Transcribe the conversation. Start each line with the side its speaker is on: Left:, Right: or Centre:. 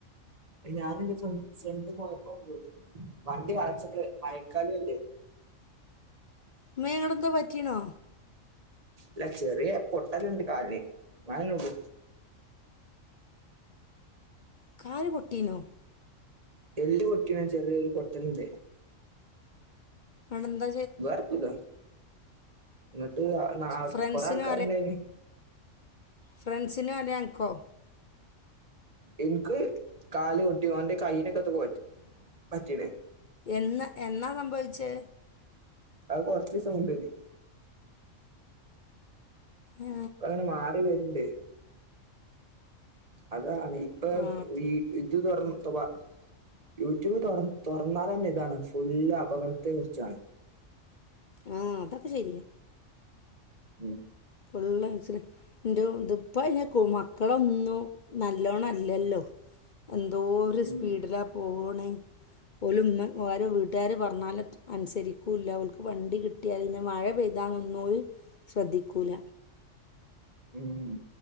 Right: ഞാനും എന്റെ ഫ്രണ്ട്സ് ഫ്രണ്ട് പോയപ്പ വീണ് വണ്ടി വളച്ചപ്പളെ മഴക്കാലുഅല്ലേ
Left: മ്മേ ങ്ങട്ന്തോ പറ്റീണോ
Right: ല്ല ചെറിയ പൊട്ടല്ണ്ട് കാലിന് അയന്നെള്ളു
Left: കാല് പൊട്ടീനോ
Right: എല്ല് പൊട്ടീണ് ചെറിയൊരുപൊട്ടല്ണ്ട്
Left: അണന്ത
Right: വേറത്തുല്ല ന്നട്ട് ആ
Left: ഫ്രണ്ട്സിനോ
Right: കൊറേആൾക്കാര്ണ്ടേനി
Left: ഫ്രൻസിനോ അതെ അൻക്കോ
Right: ഇൻക്ക് കാല് പൊട്ടി ഓന്റെ കയ്നൊക്കെത്തക്കെ പറ്റി പറ്റീണ്
Left: എന്ന എന്നാ സംഭവിച്ചേ
Right: അഹ് കൊർച്ചീസംമുമ്പേനി
Left: ആ
Right: പ്പ ഇങ്ങനെ മാറിവര്ണ്ട് അതാണ് ഇപ്പൊ
Left: ആ
Right: വീ ഇത് തൊർന്നൊട്ത്തവ യൂട്യൂബ് തൊർ തൊർന്നാലെന്നെ ഇതാണ് ഫുള്ള് അപകടത്തെകുറിച്ചാണ്.
Left: ആഹ് അതൊക്കെ ശരിയാ
Right: ഉം,
Left: ഫുള്ള് ആക്സിഡ് ന്റും ഇത്പ്പഅയ്ന് മക്കളൊന്നും നല്ലോണല്ലല്ലോ എന്തോര്
Right: ഉം,
Left: സ്പീഡിലാ പോണേ പോലുംമ്മ ഓരവീട്ടാര് പർഞ്ഞാലറ്റെ അനുസരിക്കൂല്ല അവൽക്ക് വണ്ടികിട്ട്യാപിന്നെ മഴ പെയ്താനൊന്നും ഓല് ശ്രദ്ധിക്കൂല.
Right: ഉം